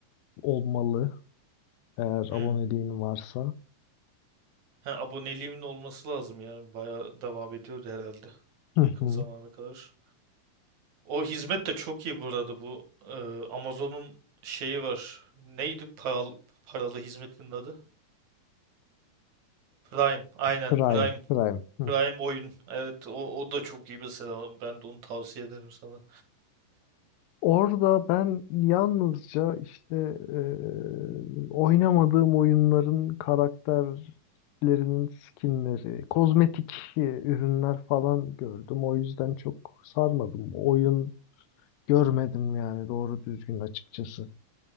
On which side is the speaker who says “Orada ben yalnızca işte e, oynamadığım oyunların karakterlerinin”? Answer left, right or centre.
Left